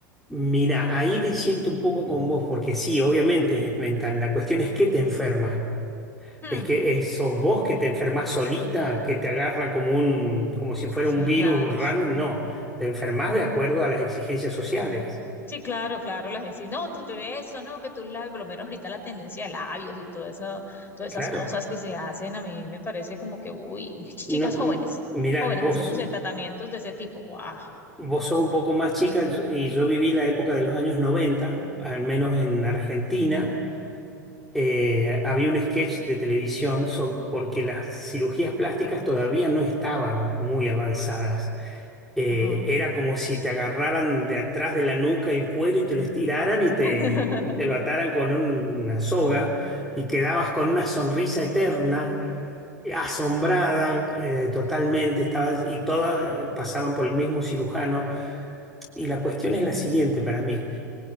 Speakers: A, in the centre; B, on the left.
A: Mira, ahí te siento un poco con vos, porque sí, obviamente es mental. La cuestión es que te enferma.
B: Hmm,
A: Es que es- sos vos que te enfermas solita, que te agarra como un, como si fuera
B: Sí,
A: un virus
B: claro.
A: random. No, te enfermas de acuerdo a las exigencias sociales.
B: Sí, claro, claro, la gente dice, no, te, te ve esto, no, que tus labios, por lo menos ahorita la tendencia de labios y todo eso, todas
A: Claro.
B: esas cosas que se hacen, a mí me parece como que, uy, <laughs> chicas
A: No,
B: jóvenes,
A: m- mirá,
B: jóvenes
A: vos,
B: haciéndose tratamientos de ese tipo, guau.
A: vos sos un poco más chica yo- y yo viví la época de los años 90, al menos en Argentina eh, había un sketch de televisión so- porque las cirugías plásticas todavía no estaban muy avanzadas. Eh,
B: Ajá.
A: era como si te agarraran de atrás de la nuca el cuero y te lo estiraran y te,
B: <laughs>
A: y te lo ataran con un- una soga y quedabas con una sonrisa eterna, asombrada, eh, totalmente, estabas, y todas eh, pasaban por el mismo cirujano. Y la cuestión es la siguiente para mí